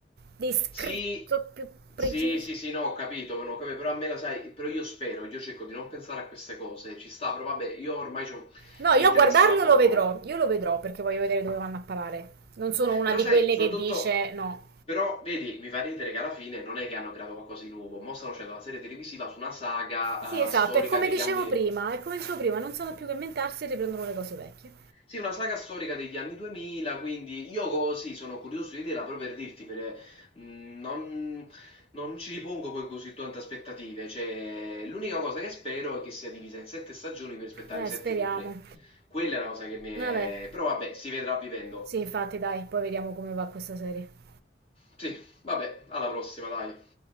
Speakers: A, on the right; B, on the left.
A: descritto,
B: Sì,
A: più preciso.
B: sì, sì, sì, no, ho capito, no, ho capito, però a me la sai, però io spero, io cerco di non pensare a queste cose, ci sta, però vabbè, io ormai c'ho-
A: No, io
B: mi interessa
A: a guardarlo
B: poco.
A: lo vedrò, io lo vedrò perché voglio vedere dove vanno a parare. Non sono una
B: Però
A: di
B: sai,
A: quelle
B: soprattutto,
A: che dice no.
B: però vedi, mi fa ridere che alla fine non è che hanno creato qualcosa di nuovo, mo stanno facendo la serie televisiva su una saga
A: Sì, esatto,
B: eh, storica
A: è come
B: degli
A: dicevo
B: anni
A: prima, è come dicevo prima, non sanno più che inventarsi e riprendono le cose vecchie.
B: Sì, una saga storica degli anni 2000, quindi io così sono curioso di vederla proprio per dirti, perché mh, non, non ci ripongo poi così tante aspettative, cioè l'unica cosa che spero è che sia divisa in sette stagioni per aspettare
A: Eh,
B: i sette
A: speriamo.
B: libri. Quella è una cosa che mi è...
A: Vabbè,
B: però vabbè, si vedrà vivendo.
A: sì, infatti, dai, poi vediamo come va questa serie.
B: Sì, vabbè, alla prossima, dai.